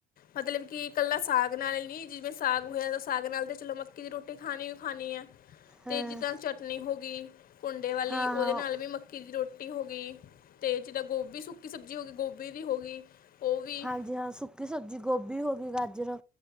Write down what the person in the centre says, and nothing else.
ਹਾਂ
ਹਾਂ
ਹਾਂ
ਹਾਂਜੀ, ਹਾਂ ਸੁੱਕੀ ਸਬਜ਼ੀ ਗੋਭੀ ਹੋ ਗਈ, ਗਾਜਰ।